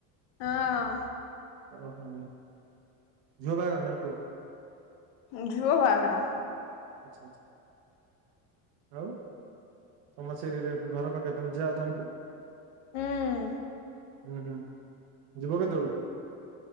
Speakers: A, on the left (about 70°); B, on the right (about 70°).
A: ହଁ।
B: ଓହୋ ଝିଅ ବାହାଘର ନା ପୁଅ?
A: ଝିଅ ବାହାଘର।
B: ଆଚ୍ଛା ଆଚ୍ଛା। ଆଉ ତମ ସେରିରେ ଘର ପାଖରେ ତମେ ଝିଅ ଆଦାଙ୍କୁ
A: ହଁ
B: ହୁଁ ହୁଁ ଯିବ କେତେବେଳୁ କୁ?